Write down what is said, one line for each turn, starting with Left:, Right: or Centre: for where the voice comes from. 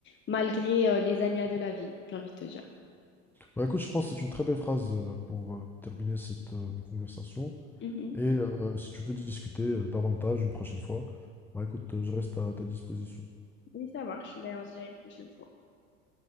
Left: malgré euh, les aléas de la vie, j'ai envie de te dire.
Centre: Bah, écoute, je pense que c'est une très belle phrase euh, pour euh, terminer cette euh, conversation
Left: Mhm.
Centre: et euh, si tu veux discuter euh, davantage une prochaine fois, bah, écoute, euh, je reste à ta disposition.
Left: Oui, ça marche. Ben, on se dit à une prochaine fois.